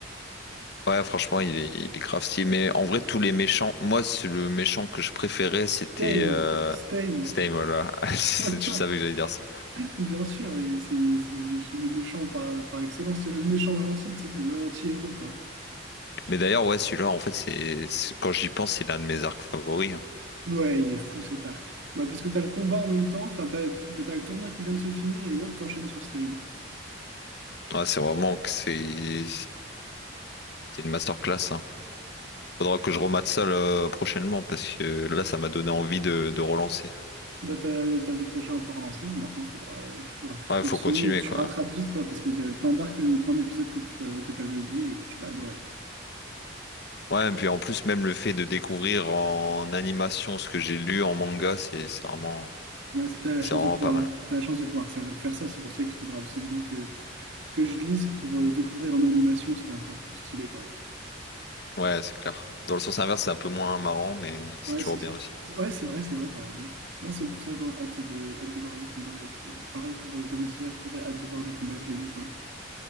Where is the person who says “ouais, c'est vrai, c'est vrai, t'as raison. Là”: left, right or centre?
Right